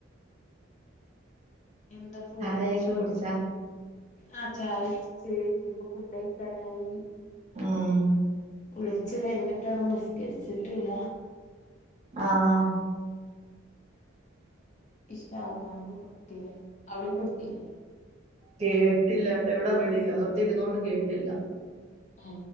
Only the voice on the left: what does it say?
എന്താ ഫു
ചോ
ആ ചായ കുട്ച്ചു ഇനിയിപ്പോ ഫുഡ് കഴിക്കാനായി
വിളിച്ചു കഴിഞ്ഞിട്ട് വാണം നിസ്കരിച്ചിട്ടില്ല
ഇഷാഹ് ബാങ്ക് കൊടുത്തില്ലേ അവിടെയും കൊടുത്തില്ലേ
ഏ